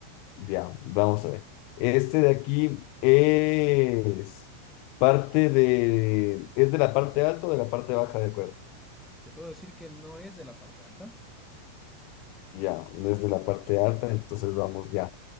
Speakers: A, on the left (about 45°); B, in the centre.
A: Ya, vamos a ver. Este de aquí es parte de, ¿es de la parte alta o de la parte baja del cuerpo?
B: Te puedo decir que no es de la parte alta.
A: Ya, desde la parte alta, entonces vamos ya.